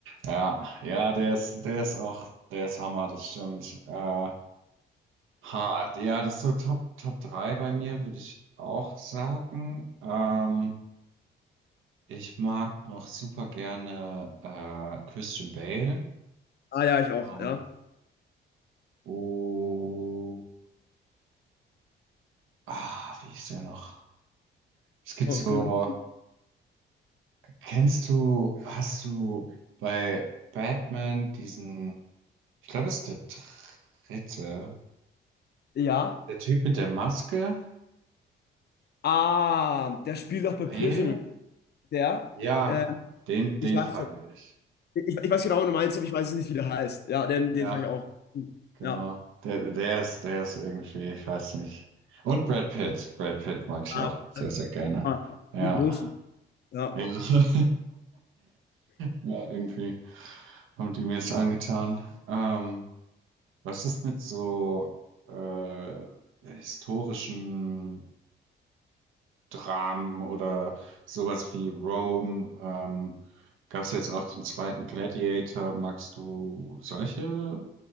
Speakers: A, on the right; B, on the left.
A: Ja, ja, der ist, der ist auch, der ist Hammer, das stimmt. Äh, ha, ja, das ist so Top, Top 3 bei mir, würde ich auch sagen. Ähm, Ich mag noch super gerne äh, Christian Bale.
B: Ah ja, ich auch,
A: Ähm,
B: ja.
A: und ah, wie ist der noch? Es gibt
B: Von,
A: so,
B: von
A: kennst du, hast du bei Batman diesen, ich glaube, es ist der dritte,
B: Ja.
A: der Typ mit der Maske,
B: Ah, der spielt doch bei
A: Bale?
B: Prisoner. Der,
A: Ja,
B: äh,
A: den, den
B: ich weiß,
A: fand
B: so-
A: ich.
B: ich, ich weiß
A: Den
B: genau,
A: mag
B: was du meinst,
A: ich.
B: aber ich weiß nicht, wie der heißt. Ja, den,
A: Ja,
B: den fand ich auch.
A: Genau.
B: Ja.
A: Der, der ist, der ist irgendwie, ich weiß nicht. Und Brad Pitt. Brad Pitt mag ich
B: Ah,
A: auch sehr, sehr gerne.
B: ah,
A: Ja.
B: die Großen. Ja.
A: Ja, <laughs> Ja, irgendwie haben die mir es angetan. Ähm, was ist mit so äh, historischen Dramen oder sowas wie Rome? Ähm, gab es jetzt auch den zweiten Gladiator? Magst du solche